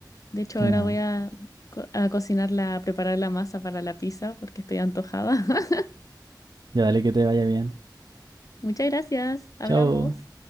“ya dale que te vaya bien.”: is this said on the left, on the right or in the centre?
Right